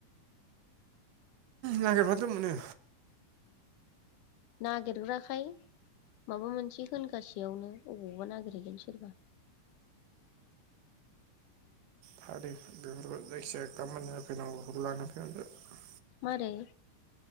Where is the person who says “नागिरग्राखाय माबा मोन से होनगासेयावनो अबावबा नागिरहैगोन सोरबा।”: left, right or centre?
Left